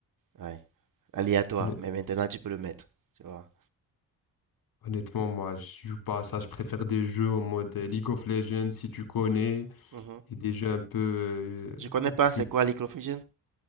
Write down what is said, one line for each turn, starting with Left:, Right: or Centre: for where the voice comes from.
Right: Ouais. Aléatoire.
Left: Honnêt-
Right: Mais maintenant, tu peux le mettre. Tu vois.
Left: Honnêtement, moi, je joue pas à ça. Je préfère des jeux en mode euh, League of Legends, si tu connais,
Right: Mhm.
Left: et des jeux un peu, euh,
Right: Je connais pas,
Left: du
Right: c'est quoi l'Eco Fusion?